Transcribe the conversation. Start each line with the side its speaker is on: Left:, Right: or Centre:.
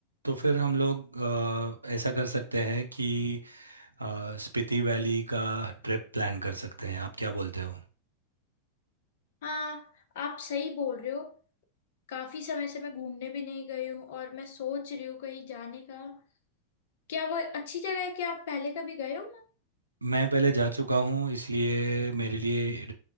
Right: तो फिर हम लोग अ, ऐसा कर सकते हैं कि अ, स्पीति वैली का ट्रिप प्लान कर सकते हैं आप क्या बोलते हो
Left: हाँ आप सही बोल रहे हो काफी समय से मैं घूमने भी नहीं गई हूँ और मैं सोच रही हूँ कहीं जाने का क्या वो अच्छी जगह है क्या आप पहले कभी गए हो
Right: मैं पहले जा चुका हूँ इसलिए मेरे लिए